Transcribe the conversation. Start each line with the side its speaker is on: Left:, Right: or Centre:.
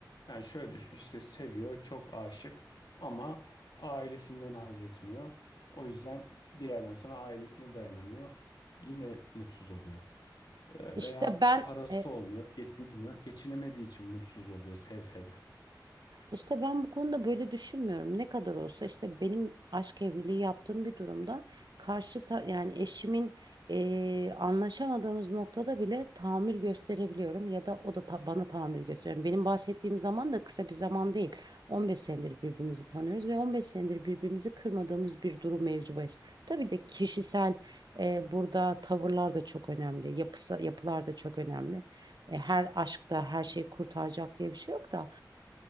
Left: Yani şöyle düşün işte seviyor, çok aşık ama ailesinden haz etmiyor. O yüzden bir yerden sonra ailesine dayanamıyor. Yine mutsuz oluyor. Ee,
Right: işte
Left: veya
Right: ben
Left: parası
Right: e,
Left: olmuyor, geçinemiyor. Geçinemediği için mutsuz oluyor sevse de.
Right: İşte ben bu konuda böyle düşünmüyorum. Ne kadar olsa işte benim aşk evliliği yaptığım bir durumda karşı ta- yani eşimin eee, anlaşamadığımız noktada bile tahammül gösterebiliyorum ya da o da ta- bana tahammül gösteriyor. Yani benim bahsettiğim zaman da kısa bir zaman değil. 15 senedir birbirimizi tanıyoruz ve 15 senedir birbirimizi kırmadığımız bir durum mevzu bahis. Tabii de kişisel eee, burada tavırlar da çok önemli. Yapısı, yapılar da çok önemli. E, her aşkta her şeyi kurtaracak diye bir şey yok da.